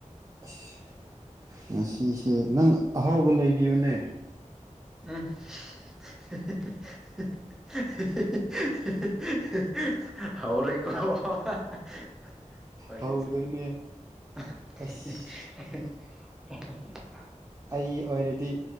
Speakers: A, on the right; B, in the centre.
A: ꯑꯁ ꯉꯁꯤꯁꯦ ꯅꯪ ꯑꯍꯥꯎꯕ ꯂꯩꯕꯤꯌꯨꯅꯦ꯫
B: ꯑꯝ ꯍꯦ ꯍꯦ ꯏ꯫ ꯍꯧꯔꯦ
A: ꯍꯧꯗꯣꯏꯅꯦ
B: ꯀꯣ
A: ꯑꯁ
B: <inaudible>
A: ꯑꯩ ꯑꯣꯏꯔꯗꯤ